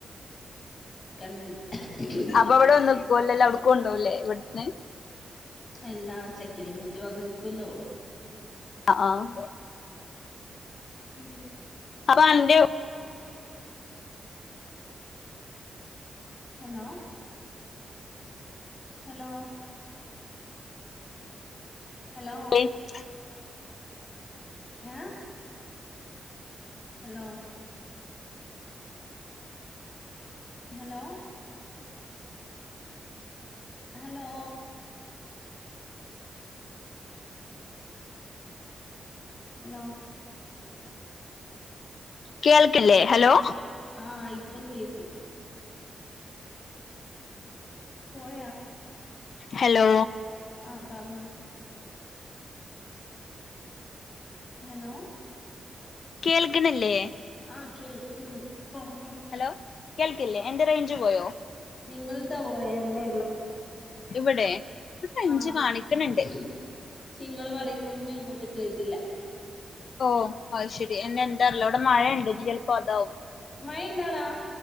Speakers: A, on the left (about 45°); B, on the left (about 65°).
A: <unintelligible>
B: അപ്പൊ അവിടെ വന്ന്ക്കുവല്ല അല്ല അവിടുക്കണ്ടോകല്ലേ ഇവിടുന്ന്
A: എല്ലാ ചെക്കൻ ഇങ്ങോട്ട് വന്ന് നിൽക്കുവല്ലോ
B: ആഹ് ആഹ്
A: ഉം
B: അപ്പൊ അന്റെയും
A: ഹലോ ഹലോ ഹലോ
B: ആ <unintelligible>
A: ഏ ഹലോ ഹലോ ഹലോ ഹലോ
B: കേൾക്കല്ലേ ഹലോ
A: ആഇപ്പം കേട്ടു പോയ
B: ഹലോ
A: ആപറഞ്ഞോ ഹലോ
B: കേൾക് ണില്ലേ
A: ആഹ കേൾക്കുന്നുണ്ട് പറഞ്ഞോ
B: ഹലോ കേൾക്കില്ലേ എന്ത് റേഞ്ച് പോയോ
A: നിങ്ങളതാ പോയ എന്റെ
B: ഇവിടെ റേഞ്ച്
A: ആഹ
B: കാണിക്കണണ്ട്
A: ച്ച് നിങ്ങ ൾപറയുന്ന ഒന്നും ഇങ്ങോട്ട് കേട്ടില്ല
B: ഓ അ് ശരി എന്നെ എന്ത അറല്ല അവിടെ മഴയുണ്ട് ഇ ചിലപ്പോ അതാവും
A: മഴ ഇണ്ടടാ